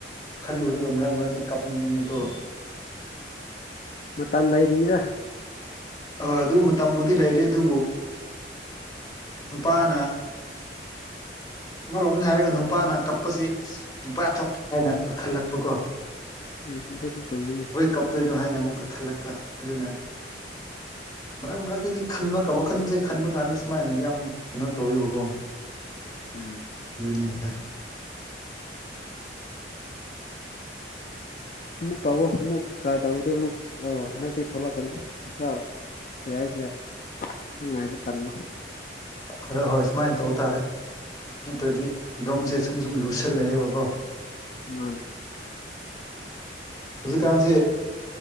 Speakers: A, on the left; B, on the left.
A: ꯈꯜꯂꯨꯔꯒ ꯃꯔꯛ ꯃꯔꯗꯤ ꯀꯥꯞꯅꯤꯡꯕꯅꯤꯀꯣ
B: ꯃꯇꯝ ꯂꯩꯔꯤꯗ
A: ꯑꯣꯏ ꯑꯗꯨ ꯃꯇꯝꯕꯨꯗꯤ ꯂꯩꯔꯤ ꯑꯗꯨꯕꯨ ꯅꯨꯄꯥꯅ ꯃꯔꯣꯝꯗ ꯍꯥꯏꯔꯒ ꯅꯨꯄꯥꯅ ꯀꯞꯄꯁꯤ ꯅꯨꯄꯥꯊꯛ ꯍꯥꯏꯅ ꯈꯜꯂꯛꯄ ꯀꯣ
B: ꯎꯝ ꯑꯗꯨꯁꯨ ꯆꯨꯝꯃꯤꯅꯦ
A: ꯀꯞꯇꯣꯏꯅꯣ ꯍꯥꯏꯅ ꯑꯃꯨꯛꯀ ꯈꯜꯂꯛꯄ ꯑꯗꯨꯅ ꯃꯔꯛ ꯃꯔꯛꯇꯗꯤ ꯈꯟꯕ ꯋꯥꯈꯜꯁꯦ ꯈꯟꯕ ꯀꯥꯟꯗ ꯁꯨꯃꯥꯏꯅ ꯌꯥꯝ ꯀꯩꯅꯣ ꯇꯧꯋꯕꯀꯣ
B: ꯎꯝ
A: ꯅꯤꯗ <unintelligible>
B: ꯑꯃꯨꯛ ꯇꯧꯋ ꯑꯃꯨꯛ ꯇ꯭ꯔꯥꯏ ꯇꯧꯔꯗꯤ ꯑꯃꯨꯛ ꯑꯣ ꯍꯟꯗꯛꯇꯤ ꯊꯣꯛꯂꯛꯀꯅꯤ ꯈꯔ ꯀ ꯍꯥꯏꯁꯦ ꯍꯪꯉꯥꯏꯕ ꯀꯜꯂꯨ
A: ꯈꯔ ꯍꯣꯏ ꯁꯨꯃꯥꯏꯅ ꯇꯧ ꯇꯥꯔꯦ ꯅꯠꯇ꯭ꯔꯗꯤ ꯐꯤꯕꯝꯁꯦ ꯁꯨꯝ ꯁꯨꯝ ꯂꯨꯁꯜꯂꯛꯑꯦꯕꯀꯣ
B: ꯃꯥꯅꯦ
A: ꯍꯧꯖꯤꯛꯀꯥꯟꯁꯦ